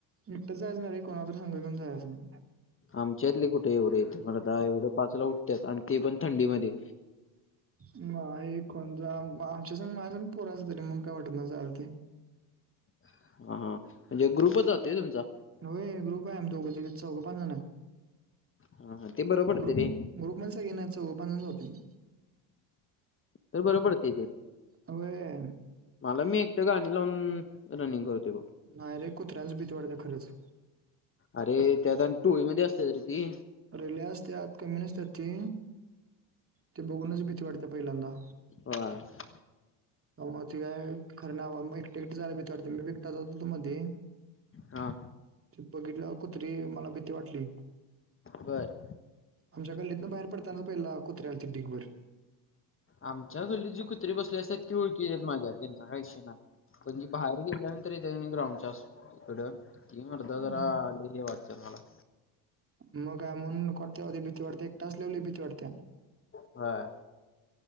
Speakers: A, on the right; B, on the left.
A: एकटंच जायच नाही रे, कोणाला तर संघ घेऊन जायचं.
B: आमच्यातले कुठे एवढे येतय मर्दा आता एवढं पाचला उठतात आणि ते पण थंडीमध्ये.
A: नाही. कोणत आमच्या संग माझ्यासंग पोर असत्यात रे म्हणून काय वाटत नाही. जायला तेन.
B: हा हा. म्हणजे ग्रुपच जातोय होय. तुमचा?
A: होय ग्रुप आहे आम्ही दोघ, तिघ, चौघं, पाच जण आहे
B: हा हा ते बरं पडतंय
A: ग्रुप
B: रे
A: ग्रुप मधली सगळे नाही चवघ पाचजण जातोय आम्ही
B: तर बर पडतय ते
A: होय
B: मला मी एकटं गाणी लावून रनिंग करतोय बघ
A: नाही रे कुत्र्यांची भीती वाढत्या खरंच
B: अरे त्यात आणि टोळीमध्ये असत्यात रे ती
A: अरे लई असत्यात कमी नसत्यात ती ते बघूनच भीती वाटत्या पहिल्यांदा
B: ह
A: मग ते काय खरं नाही बाबा मग एकटे, एकट जायला भीती वाटत्या मी बी एकटा जात होतो मधी
B: हा
A: ते बघितल्या वर कुत्री मला भीती वाटली
B: बर
A: आमच्या गल्लीतनं बाहेर पडताना पहिला कुत्री आलती ढीगभर
B: आमच्या गल्लीत जी कुत्रे बसलेली असतात ती ओळखीेची आहेत माझ्या त्यांचा काय विषय नाही पण जी बाहेर गेल्यांनंत येत्यात कणी ग्राउंडच्या पुढं ती मर्दा
A: अ
B: जरा लई ही वाटत्यात मला
A: मग काय म्हणून नको वाटतं बाबा एकट असल्या वर लई भीती वाटत्या
B: होय